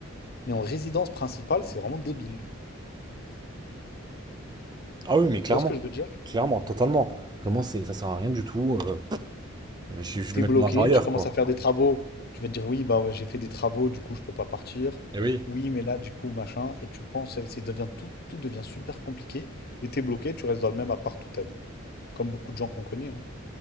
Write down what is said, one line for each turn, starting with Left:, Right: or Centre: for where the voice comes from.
Left: Mais en résidence principale, c'est vraiment débile.
Right: Ah oui, mais clairement.
Left: Tu vois ce que je veux dire?
Right: Clairement, totalement. Vraiment, c'est, ça sert à rien du tout. euh, euh, je, je
Left: T'es
Right: vais mettre
Left: bloqué,
Right: mon argent ailleurs,
Left: tu commences
Right: quoi.
Left: à faire des travaux. Tu vas te dire oui, bah ouais, j'ai fait des travaux, du coup je peux pas partir.
Right: Eh oui.
Left: Oui, mais là, du coup, machin. Et tu penses, et c'est devient tout, tout devient super compliqué. Et t'es bloqué, tu restes dans le même appart toute ta vie. comme beaucoup de gens qu'on connaît. hein.